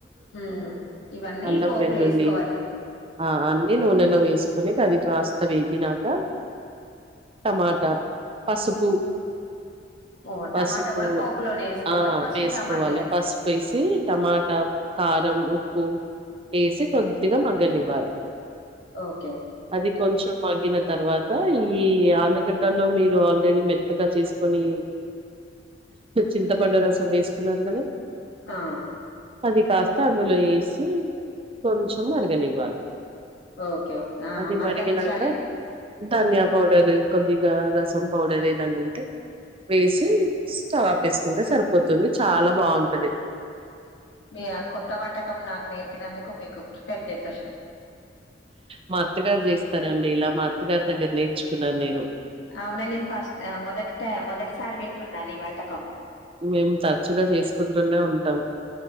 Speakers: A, on the left; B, on the right.
A: ఉమ్ ఇవన్నీ
B: అల్లం
A: పోపులో
B: వెల్లుల్లి
A: వేసుకోవాలి
B: ఆ అన్నిీ నునెలో వేస్ కొని అది కాస్త వేగినాక టమాటా పసుపు
A: ఓ
B: పసుపు
A: టమాటా కూడా పోపులోనే వేసుకోవాలి
B: ఆ
A: ఫస్ట్
B: వేసుకోవాలి
A: టమాటా వేయాలి
B: పసుపు వేసి టమాటా కారం ఉప్పు వేసి కొద్దిగా మగ్గనివ్వాలి
A: ఓకే
B: అది కొంచెం మగ్గిన తర్వాత ఈ ఆలుగడ్డలో మీ రు ఆల్రెడీ మెత్తగా చేసుకొని చింతపండు రసం వేసుకున్నారు కదా
A: ఆ
B: అది కాస్త అందులో వేసి కొంచెం మరుగనివ్వాలి
A: ఓకే ఓకే
B: అది
A: మరగనిచ్చాలి
B: మరిగినాక ధనియా పౌడరు కొద్దిగా రసం పౌడర్ ఏదన్న ఉంటే వేసి స్టవ్ ఆపేసుకుంటే సరిపోతుంది చాలా బాగుంటది
A: మీ కొత్త వంటకం నాకు నేర్పినందుకు మీకు కృతజ్ఞతలు కదా
B: మా అత్తగారు చేస్తారండి ఇలా మా
A: అండి
B: అత్తగారి
A: మాగా
B: దగ్గర
A: మాగా
B: నేర్చుకున్నాను నేను.
A: ఆ అవున నేను ఫస్ట్ మొదటి మొదటిసారి వింటున్నా ఈ వంటకం
B: మేము తరచుగా చేసుకుంటూనే ఉంటాం